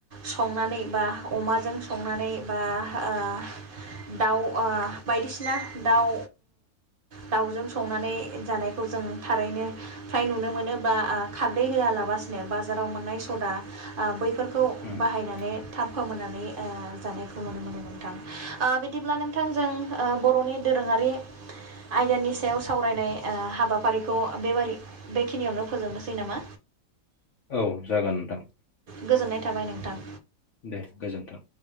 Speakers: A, on the right; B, on the left.
A: संनानै बा अमाजों संनानै बा ओह दाउ ओह बायदिसिना बिसिना दाउ दाउजों संनानै जानायखौ जों थारैनो फ्राय नुनो मोनो बा खारदै होआलाबासिनो बाजाराव मोननाय सदा ओ बैफोरखौ बैफोरखौ
B: औ
A: बाहायनानै थाब फोमोननानै जानायखौ नुनो मोनो नोंथां ओह बिदिब्ला नोंथांजों ओह बर'नि दोरोङारि आयदानि सायाव ओह सावरायनाय हाबाफारिखौ बेब बेखिनियावनो फोजोबनोसै नामा
B: औ जागोन नोंथां
A: गोजोननाय थाबाय नोंथां
B: दे गोजोन्थों